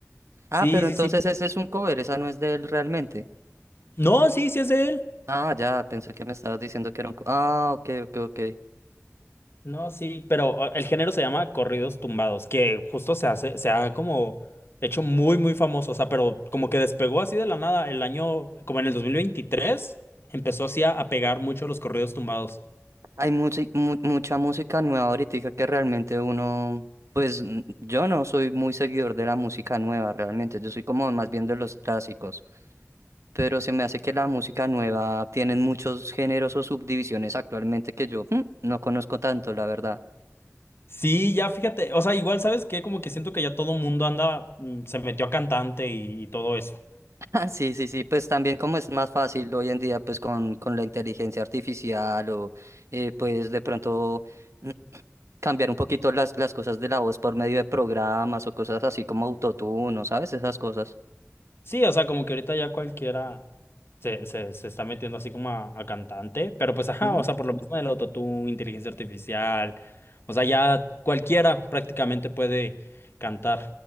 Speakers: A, on the right (about 65°); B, on the left (about 50°).
A: Ah,
B: Sí,
A: pero
B: sí,
A: entonces
B: sí.
A: ese es un cover, esa no es de él realmente.
B: No, sí, sí es de él.
A: Ah, ya, pensé que me estabas diciendo que era un cover. Ah, ok, ok, ok.
B: No, sí, pero o, el género se llama corridos tumbados, que justo se hace, se ha como hecho muy, muy famoso, o sea, pero como que despegó así de la nada el año, como en el 2023 empezó así a, a pegar mucho los corridos tumbados.
A: Hay mucha, mucha música nueva ahorita que realmente uno, pues n- yo no soy muy seguidor de la música nueva realmente, yo soy como más bien de los clásicos, pero se me hace que la música nueva tienen muchos géneros o subdivisiones actualmente que yo mm, no conozco tanto, la verdad.
B: Sí, ya fíjate, o sea, igual sabes que como que siento que ya todo mundo anda, mm, se metió a cantante y, y todo eso.
A: Ah, sí, sí, sí, pues también como es más fácil hoy en día, pues con, con la inteligencia artificial o eh, pues de pronto <clears throat> mm, cambiar un poquito las, las cosas de la voz por medio de programas o cosas así como autotune, ¿no ¿sabes? Esas cosas.
B: Sí, o sea, como que ahorita ya cualquiera se, se, se está metiendo así como a, a cantante, pero pues ajá,
A: Ujú.
B: o sea, por lo mismo del autotune, inteligencia artificial, o sea, ya cualquiera prácticamente puede cantar